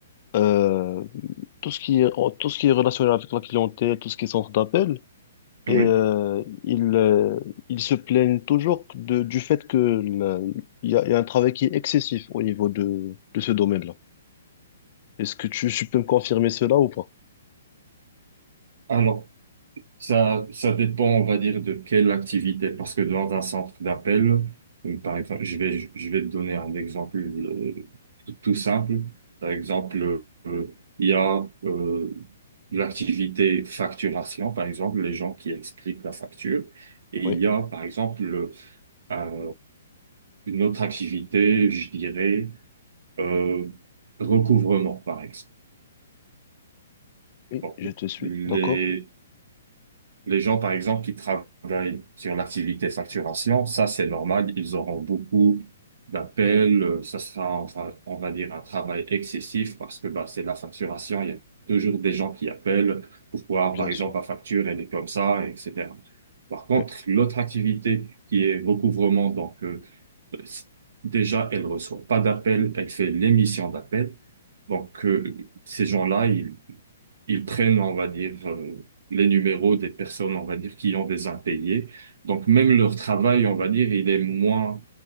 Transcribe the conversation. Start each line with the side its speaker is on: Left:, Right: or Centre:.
Left: euh, tout ce qui est, tout ce qui est relationnel avec la clientèle, tout ce qui est centre d'appel. Et
Right: Oui.
Left: euh, ils, euh, ils se plaignent toujours de, du fait que le- il y a, il y a un travail qui est excessif au niveau de, de ce domaine-là. Est-ce que tu, tu peux me confirmer cela ou pas?
Right: Alors, Ça, ça dépend, on va dire, de quelle activité. Parce que dans un centre d'appel, donc, par exemple, je vais, je vais te donner un exemple euh, tout, tout simple. Par exemple, euh, il y a euh, l'activité facturation, par exemple, les gens qui expliquent la facture. Et
Left: Oui,
Right: il y a, par exemple, le- un- une autre activité, je dirais, euh, recouvrement, par exemple.
Left: oui,
Right: Donc,
Left: je te suis.
Right: les,
Left: D'accord?
Right: Les gens, par exemple, qui travaillent sur l'activité facturation, ça, c'est normal. Ils auront beaucoup d'appels. euh, Ça sera, on va, on va dire, un travail excessif parce que bah, c'est la facturation. Il y a toujours des gens qui appellent pour voir,
Left: Bien
Right: par exemple,
Left: sûr.
Right: la facture, elle est comme ça, etc. Par contre,
Left: Oui,
Right: l'autre activité qui est recouvrement, donc euh, c- déjà, elle reçoit pas d'appels, elle fait l'émission d'appels. Donc, euh, ces gens-là, ils ils prennent, on va dire, euh, les numéros des personnes, on va dire, qui ont des impayés. Donc même leur travail, on va dire, il est moins